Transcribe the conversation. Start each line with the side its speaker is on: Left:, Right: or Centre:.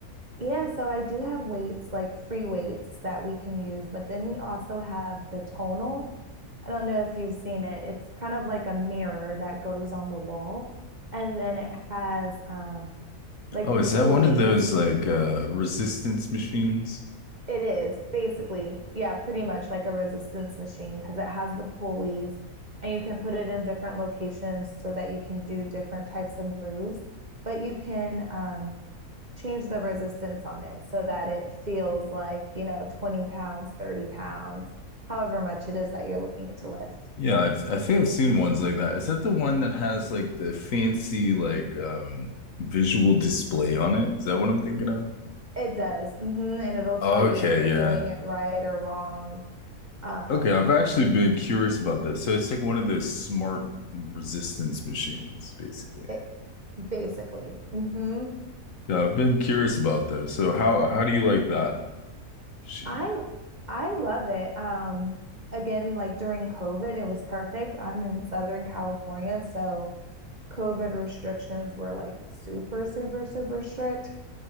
Right: Yeah, so I do have weights, like free weights that we can use, but then we also have the tonal. I don't know if you've seen it. It's kind of like a mirror that goes on the wall, and then it has um like
Left: Oh,
Right: the
Left: is
Right: pulleys.
Left: that one of those like uh resistance machines?
Right: It is basically, yeah, pretty much like a resistance machine because it has the pulleys and you can put it in different locations so that you can do different types of moves, but you can um change the resistance on it so that it feels like, you know, 20 pounds, 30 pounds, however much it is that you're looking to lift.
Left: Yeah, I've I think I've seen ones like that. Is that the one that has like the fancy like um visual display on it? Is that what I'm thinking of?
Right: It does. hmm And it'll tell
Left: Okay,
Right: you if you're
Left: yeah.
Right: doing it right or wrong. Um,
Left: Okay, I've actually been curious about this. So it's like one of those smart resistance machines, basically.
Right: it, basically. hmm
Left: Yeah, I've been curious about this. So how how do you like that machine?
Right: I I love it. Um, again, like during COVID, it was perfect. I'm in Southern California, so COVID restrictions were like super, super, super strict.